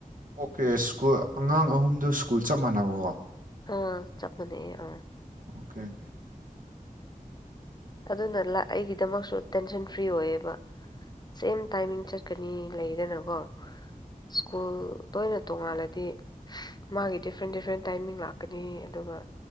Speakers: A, on the right; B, on the left.
A: ꯑꯣꯀꯦ
B: ꯎꯝ
A: ꯁ꯭ꯀꯨꯜ ꯑꯉꯥꯡ ꯑꯍꯨꯝꯗꯨ ꯁ꯭ꯀꯨꯜ ꯆꯞ ꯃꯥꯟꯅꯕꯀꯣ
B: ꯎꯪ ꯆꯠꯄꯅꯤ ꯑꯥ
A: ꯑꯣꯀꯦ ꯑꯣꯀꯦ
B: ꯑꯗꯨꯅ ꯑꯩꯒꯤꯗꯃꯛꯁꯨ ꯇꯦꯟꯁꯟ ꯐ꯭ꯔꯤ ꯑꯣꯏꯌꯦꯕ ꯁꯦꯝ ꯇꯥꯏꯃꯤꯡ ꯆꯠꯀꯅꯤ ꯂꯩꯗꯅꯀꯣ ꯁ꯭ꯀꯨꯜ ꯂꯣꯏꯅ ꯇꯣꯡꯉꯥꯟꯜꯂꯗꯤ ꯃꯥꯒꯤ ꯗꯤꯐ꯭ꯔꯦꯟ ꯗꯤꯐ꯭ꯔꯦꯟ ꯇꯥꯏꯃꯤꯡ ꯂꯥꯛꯀꯅꯤ ꯑꯗꯨꯒ